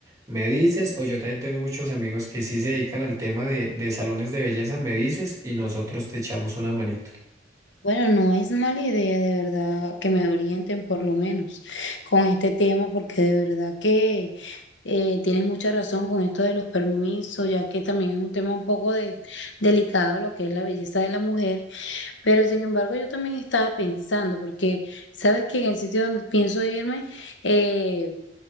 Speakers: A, on the right; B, on the left.
A: me dices, o yo también tengo muchos amigos que sí se dedican al tema de, de salones de belleza, me dices y nosotros te echamos una manito.
B: Bueno, no es mala idea de verdad que me orienten por lo menos con este tema, porque de verdad que eh, tienes mucha razón con esto de los permisos, ya que también es un tema un poco de- delicado lo que es la belleza de la mujer, pero sin embargo yo también estaba pensando, porque sabes que en el sitio donde pienso irme, eh,